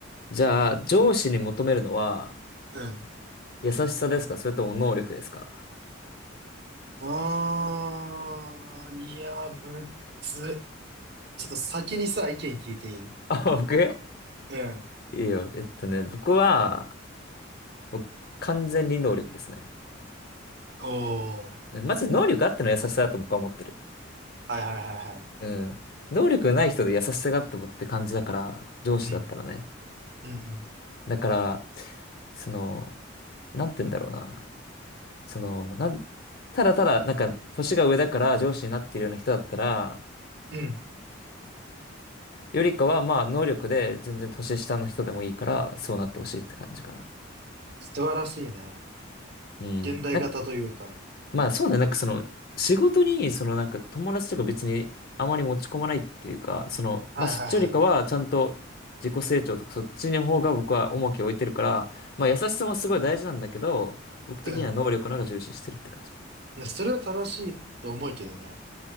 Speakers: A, on the left (about 50°); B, on the right (about 55°).
A: じゃあ、上司に求めるのは、
B: うん。
A: 優しさですかそれとも能力ですか
B: あー、いやー、むっつ。ちょっと先にさ、意見聞いていい
A: あ、僕
B: うん。
A: いいよ。えっとね、僕は、僕完全に能力ですね。
B: おー。
A: まず能力あっての優しさだと僕は思ってる。
B: はいはいはいはい。
A: うん。能力がない人で優しさがあってもって感じだから、上司だったらね。
B: うん。うん
A: だから、その、なんて言うんだろうな。その、なん、ただただ、なんか、年が上だから上司になっているような人だったら、
B: うん。うん。
A: よりかは、まあ、能力で全然年下の人でもいいから、そうなってほしいって感じかな。
B: 素晴らしいね。
A: うん。
B: 現代型というか。
A: なんか、まあそうね、なんかその、仕事に、そのなんか友達とか別にあまり持ち込まないっていうか、その、
B: はいはいはい。
A: まあそっちよりかはちゃんと自己成長とかそっちの方が僕は重きを置いてるから、まあ優しさもすごい大事なんだけど、僕的には能力の方が重視してるって感じ。
B: うん。いや、それは正しいと思うけどね。